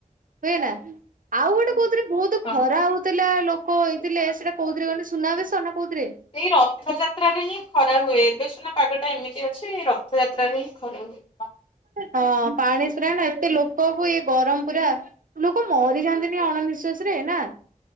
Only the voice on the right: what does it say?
ହୁଏ ନା ଆଉ ଗୋଟେ କୋଉଥିରେ ବହୁତୁ
ଖରା ହଉଥିଲା ଲୋକ୍ କ ହେଇ ଥିଲେ ସେଇଟା କୋଉଥିରେ କେହିଲ ସୁନା ବେଶ ନା କୋଉଥିରେ?
ହଁ ପାଣି ସ୍ପ୍ରେ ନା ଏତେ ଲୋକକୁ ଇଏ ଗରମ ପୁରା ଲୋକ ମରି ଯାଆନ୍ତିନି ଅଣ ନିିଶ୍ଵାସ ରେ ନା।